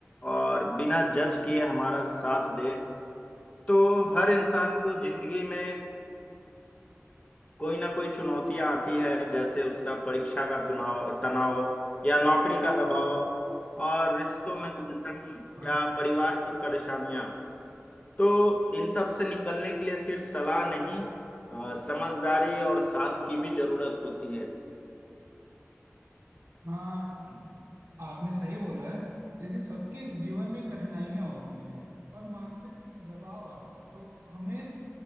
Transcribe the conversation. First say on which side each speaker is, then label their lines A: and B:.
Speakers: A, on the left; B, on the right.
A: और बिना जज किए हमारा साथ दे तो हर इंसान को जिंदगी में कोई ना कोई चुनौतियां आती है जैसे उसका परीक्षा का तनाव तनाव या नौकरी का दबाव और रिश्तों में उलझन
B: हाँ
A: या परिवार की परेशानियां तो इन सब से निकलने के लिए सिर्फ सलाह नहीं अ, समझदारी और साथ की भी जरूरत होती है
B: हाँ आपने सही बोला है देखिए सबके जीवन में कठिनाइयां होती हैं और मानसिक दबाव आता है तो हमें